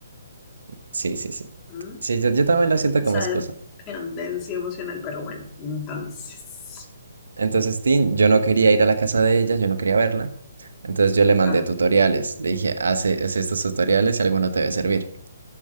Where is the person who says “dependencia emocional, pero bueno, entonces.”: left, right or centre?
Left